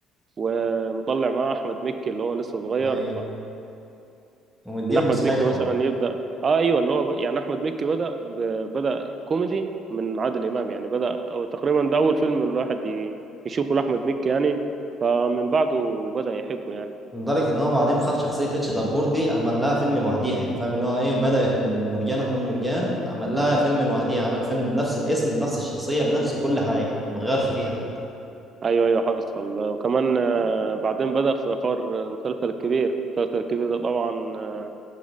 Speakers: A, on the right; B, in the centre.
A: ومطلع معاه أحمد مكي اللي هو لسه صغير
B: ايوه ومديهم
A: ان احمد
B: مساحتهم
A: مكي مثلا يبدا اه ايوه اللي هو ب... يعني احمد مكي بدا ب... بدا كوميدي من عادل امام يعني بدا أو تقريبا ده اول فيلم الواحد ي... يشوفه لاحمد مكي يعني فمن بعده بدا يحبه يعني
B: لدرجة ان هو بعدين خد شخصية اتش دبور دي عمل لها فيلم لوحديها يعني فاهم اللي هو ايه بدأت من مرجان احمد مرجان عمل لها فيلم لوحديها عمل فيلم بنفس الاسم بنفس الشخصية بنفس كل حاجة ما غيرش فيها حتى
A: ايوه ايوه حصل وكمان آه، بعدين بدا في حوار المسلسل الكبير المسلسل الكبير ده طبعا آه،